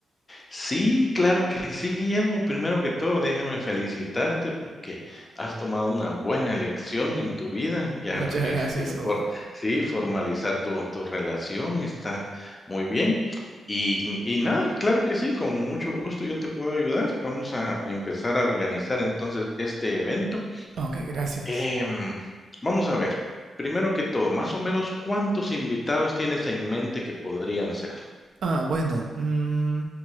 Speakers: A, on the left; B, on the right.
A: Sí, claro que sí, Guillermo. Primero que todo, déjame felicitarte porque has tomado una buena elección en tu vida. Ya,
B: Muchas
A: este,
B: gracias, Hugo.
A: for- sí, formalizar tu, tu relación está muy bien. Y, y nada, claro que sí, con mucho gusto yo te puedo ayudar. Vamos a a empezar a organizar entonces este evento.
B: Ok, gracias.
A: Em, vamos a ver, primero que todo, más o menos, ¿cuántos invitados tienes en mente que podrían ser?
B: Ah, bueno, mm,